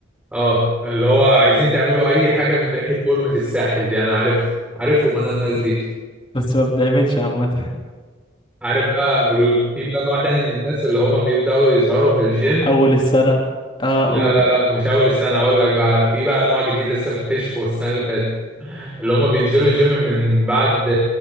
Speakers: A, in the centre; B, on the left.
A: اه اللي هو عايزين تعملوا اي حاجه من ريحه فورمه الساحل دي انا عارف عارفهم انا الناس دي
B: بس ما بنعملش عامة
A: عارف بقى ال- في بقى نوع تاني من الناس اللي هما بيبداوا يظهروا في الجيم
B: اول السنة اه
A: لا
B: اول
A: لا لا مش اول السنه هقول لك بقى على- في بقى نوع جديد لسه مكتشفه السنه اللي فاتت اللي هما بينزلوا الجيم من بعد